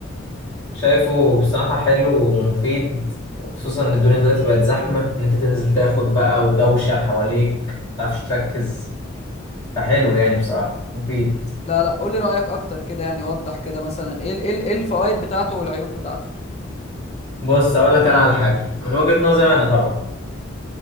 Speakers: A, on the left (about 15°); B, on the left (about 30°).
A: شايفه بصراحة حلو ومفيد وخصوصا ان الدنيا دلوقتي بقت زحمة ان انت تنزل تاخد بقى ودوشة حواليك متعرفش تركز فحلو يعني بصراحة مفيد
B: لا لا قول لي رايك اكتر كده يعني وضح كده مثلا ايه ال- ايه ال- ايه الفوائد بتاعته والعيوب بتاعته
A: بص اقول لك انا على حاجة من وجهة نظري انا طبعا